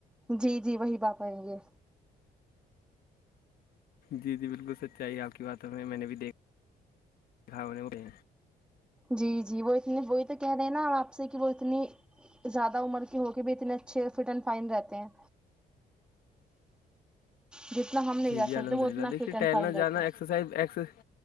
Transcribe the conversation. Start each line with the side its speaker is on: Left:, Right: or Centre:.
Centre: جی جی وہی بات آئیں گے
Left: جی جی بالکل سچائی آپ کی باتوں میں میں نے بھی دیکھ کھا ہونے اڑے
Centre: جی جی وہ اتنی وہی تو کہہ رہے ہیں نا آپ سے کہ وہ اتنی زیادہ عمر کے ہو کے بھی اتنے چھ فٹ اینڈ فائن رہتے ہیں جتنا ہم نہیں
Left: جی
Centre: رہ
Left: جی
Centre: سکتے
Left: الحمد
Centre: وہ
Left: للہ
Centre: اتنا
Left: دیکھئے
Centre: فٹ اینڈ
Left: ٹہلنا
Centre: فائن رہتے
Left: جانا
Centre: ہیں
Left: ایکسرسائز ایکسر